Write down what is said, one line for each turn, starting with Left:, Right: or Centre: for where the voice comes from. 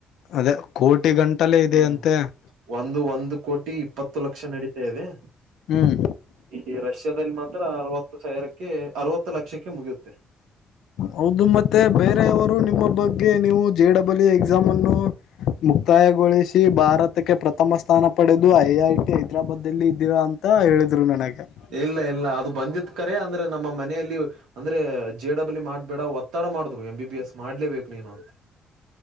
Left: ಅದೇ ಕೋಟಿ ಗಂಟಾಲೇ ಇದೆ
Right: ಹ್ಮ್
Left: ಅಂತೆ? <unintelligible>
Right: ಒಂದು ಒಂದು ಕೋಟಿ ಇಪ್ಪತ್ತು ಲಕ್ಷ ನಡೀತಾ ಇದೆ. <unintelligible>
Left: ಹ್ಮ್
Right: ಈ ರಷ್ಯಾದಲ್ಲಿ ಮಾತ್ರ ಅರವತ್ತು ಸಾವಿರಕ್ಕೆ ಅರವತ್ತು ಲಕ್ಷಕ್ಕೆ ಮುಗಿಯುತ್ತೆ. <unintelligible>
Left: ಹೌದು ಮತ್ತೆ ಬೇರೆಯವರು ನಿಮ್ಮ ಬಗ್ಗೆ ನೀವು ಜೆ ಡಬ್ಲ್ಯೂ ಇ ಎಕ್ಸಾಮ್ ಅನ್ನು <unintelligible> ಮುಕ್ತಾಯಗೊಳಿಸಿ ಭಾರತಕ್ಕೆ ಪ್ರಥಮ ಸ್ಥಾ <unintelligible> ಸ್ಥಾನ ಪಡೆದು ಐ ಐ ಟಿ ಹೈದರಾಬಾದ ಅಲ್ಲಿ ಇದ್ದೀರಾ ಅಂತ ಹೇಳಿದ್ರು ನನಗೆ. <unintelligible>
Right: ಇಲ್ಲ ಇಲ್ಲ ಅದು ಬಂದತ್ತ ಕರೆ ಅಂದ್ರೆ ನಮ್ಮ ಮನೆಯಲ್ಲಿ, <unintelligible> ಅಂದ್ರೆ ಜೆ ಡಬ್ಲ್ಯೂ ಮಾಡಬೇಡಾ ಒತ್ತಡ ಮಾಡದರು ಎಂ ಬಿ ಎಸ್ ಮಾಡಲೇ ಬೇಕು ನೀನು ಅಂತ. <unintelligible>